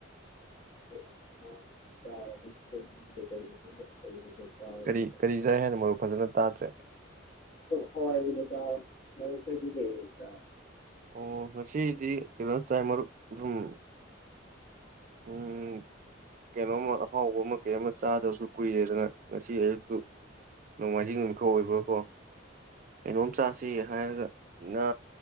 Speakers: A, on the left (about 55°); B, on the right (about 40°).
A: <unintelligible>
B: ꯀꯔꯤ ꯀꯔꯤ ꯆꯥꯏ ꯃꯔꯨꯞ ꯐꯖꯅ ꯇꯥꯗ꯭ꯔꯦ
A: ꯍꯋꯥꯏ ꯑꯣꯏꯅ ꯆꯔꯦ ꯃꯔꯨꯞ ꯈꯣꯏꯗꯤ ꯀꯩ ꯑꯣꯏꯆ ꯆꯔꯒꯦ
B: ꯑꯣ ꯉꯁꯤꯗꯤ ꯀꯩꯅꯣ ꯆꯥꯏ ꯃꯔꯨꯞ ꯎꯝ ꯎꯝ ꯀꯩꯅꯣꯝꯃ ꯑꯍꯥꯎꯕ ꯑꯃ ꯀꯩ ꯑꯃ ꯆꯥꯗꯕꯁꯨ ꯀꯨꯏꯔꯦꯗꯅ ꯉꯁꯤ ꯑꯌꯨꯛꯇꯨ ꯅꯣꯡꯃꯥꯏꯖꯤꯡ ꯅꯨꯃꯤꯠꯀ ꯑꯣꯏꯕꯒꯀꯣ ꯀꯩꯅꯣꯝ ꯆꯁꯤ ꯍꯥꯏꯔꯒ ꯉꯥ